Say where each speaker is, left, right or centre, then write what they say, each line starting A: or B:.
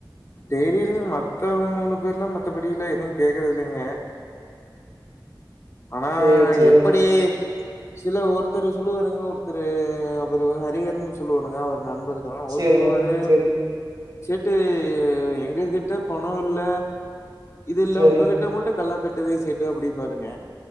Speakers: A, on the left; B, on the right.
A: தெரியில் மத்த மூணு பேர்லா மத்தபடில்லா எதுவு கேக்குறதில்லிங்க ஆனா
B: சேரி சேரிங்க
A: எப்படி சில ஒருத்தரு சொல்லுவாருங்க ஒருத்தரு அப்ற ஹரிஅன் சொல்லுவானுங்க அவர் நண்பர் தா அவரு
B: சேரிங்க,
A: சொல்லுவாரு
B: சேரிங்க,
A: சேட்டு எங்க கிட்ட பணம் இல்ல இது இல்ல
B: சேரிங்க,
A: உங்ககிட்ட மட்டு கல்லா கட்டுதே சேட்டு அப்படின் பாருங்க